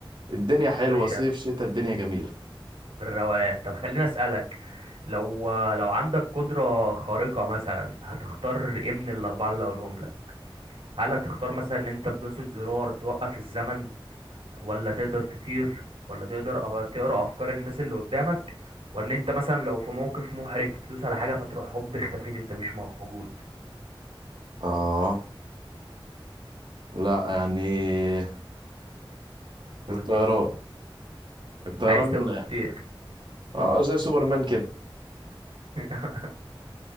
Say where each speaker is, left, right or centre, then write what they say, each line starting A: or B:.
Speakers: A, on the right (about 60°); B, on the right (about 85°).
A: الدنيا حلوة
B: مش
A: صيف شتاء الدنيا جميلة
B: بالروقان طب خليني اسالك لو لو عندك قدره خارقه مثلا هتختار ايه من الاربعه اللي هقولهم لك هل هتختار مثلا ان انت بدوسة زرار توقف الزمن ولا تقدر تطير ولا تقدر أه- تقرا افكار الناس اللي قدامك وان انت مثلا لو في موقف محرج تدوس على حاجه فتروح هوب اختفيت انت مش موجود
A: اه لا يعني
B: قول
A: الطيران الطيران
B: عايز تبقى بتطير
A: اه زي سوبرمان كده
B: <laughs>